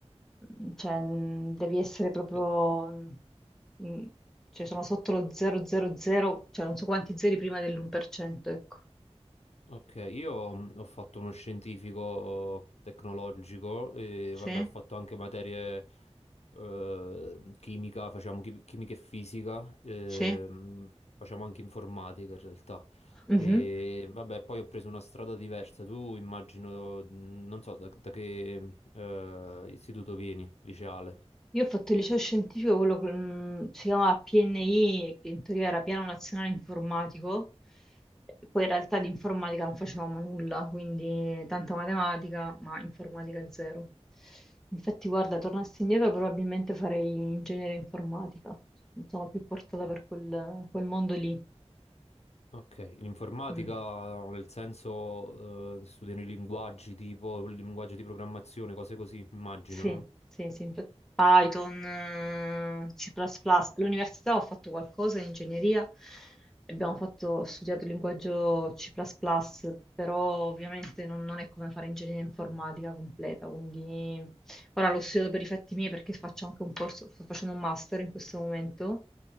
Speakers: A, in the centre; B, on the left (about 70°).
A: mm, cioè, mm, devi essere proprio,
B: Eh,
A: mm, mm, cioè sono sotto lo 000, cioè non so quanti zeri prima dell'1%, ecco.
B: Ok, io mh, ho fatto uno scientifico eh, tecnologico e
A: Sì,
B: vabbè, ho fatto anche materie eh, chimica, facciamo chi- chimica e fisica, ehm,
A: sì.
B: facciamo anche informatica in realtà.
A: Mhm.
B: E vabbè, poi ho preso una strada diversa. Tu immagino, mh, non so da, da che eh, istituto vieni, liceale.
A: Io ho fatto il liceo scientifico, quello che mm, si chiamava PNI, che in teoria era Piano Nazionale Informatico, e poi in realtà di informatica non facevamo nulla, quindi tanta matematica, ma informatica zero. Infatti, guarda, tornassi indietro probabilmente farei ingegneria informatica, sono più portata per quel, quel mondo lì.
B: Ok, l'informatica
A: Mm.
B: nel senso eh, studiano i linguaggi tipo, linguaggi di programmazione, cose così, immagino,
A: Sì,
B: no?
A: sì, sì, infa- Python, eh, C++. plus plus. All'università ho fatto qualcosa in ingegneria e abbiamo fatto, ho studiato il linguaggio C++, plus plus, però ovviamente non, non è come fare ingegneria informatica completa, quindi ora l'ho studiato per i fatti miei perché faccio anche un corso, sto facendo un master in questo momento